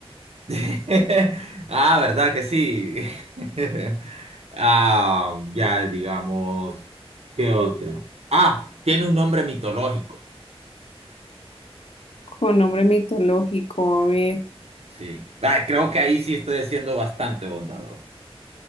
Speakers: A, on the right; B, on the left.
A: <laughs> Ah, ¿verdad que sí? <laughs> Ah, ya digamos, ¿qué otro Ah, tiene un nombre mitológico.
B: Con nombre mitológico, a ver.
A: Sí. Ah, creo que ahí sí estoy siendo bastante bondadoso.